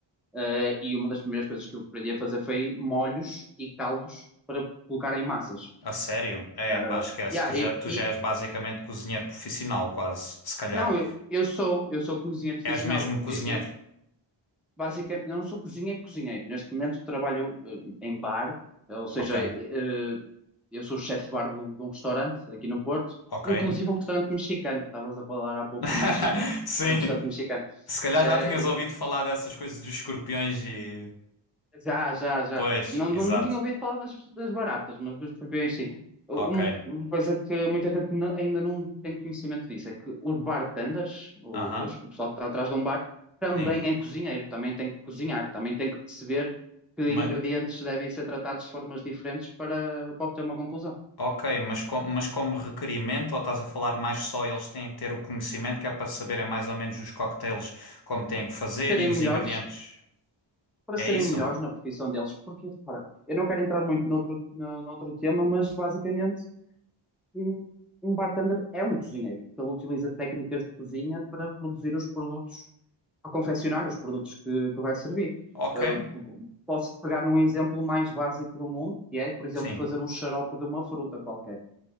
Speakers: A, in the centre; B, on the left.
A: eh, e uma das primeiras coisas que eu aprendi a fazer foi molhos e caldos para colocar em massas.
B: A sério? É,
A: Eh,
B: pá, esquece.
A: yeah,
B: Tu já,
A: e,
B: tu
A: e-
B: já és basicamente cozinheiro profissional, quase. Se calhar.
A: não, eu, eu sou, eu sou cozinheiro profissional.
B: És mesmo
A: Eu,
B: cozinheiro.
A: eu, basicamente, eu não sou cozinheiro, cozinheiro. Neste momento trabalho eh, em bar, ou seja,
B: Ok.
A: eh, eu sou o chefe de bar de, um de um restaurante aqui no Porto,
B: Ok.
A: inclusive um restaurante mexicano, que estavas a falar há pouco
B: <laughs>
A: do México,
B: Sim.
A: para um restaurante mexicano.
B: Se calhar
A: Eh,
B: já tinhas ouvido
A: e-
B: falar dessas coisas dos escorpiões e.
A: já, já, já.
B: Pois,
A: Não,
B: exato.
A: não, não tinha ouvido falar das, das baratas, mas dos escorpiões sim.
B: Ok.
A: Uma uma coisa que muita gente não- ainda não tem conhecimento disso é que os bartenders, o,
B: Aham.
A: as- o pessoal que está atrás de um bar, também
B: Sim.
A: é cozinheiro, também tem que cozinhar, também tem que perceber que
B: Mas.
A: ingredientes devem ser tratados de formas diferentes para, para obter uma conclusão.
B: Ok, mas, co- mas como requerimento, ou estás a falar mais só eles têm que ter o conhecimento que é para saberem mais ou menos os cocktails como têm que fazer
A: Serem
B: e os
A: melhores,
B: ingredientes?
A: para
B: É
A: serem
B: isso?
A: melhores na profissão deles, porque, repara, eu não quero entrar muito noutro, no- noutro tema, mas basicamente um, um bartender é um cozinheiro, porque ele utiliza técnicas de cozinha para produzir os produtos, para confeccionar os produtos que, que vai servir.
B: Ok,
A: Uh, posso pegar num exemplo mais básico do mundo, que é, por exemplo,
B: sim.
A: fazer um xarope de uma fruta qualquer.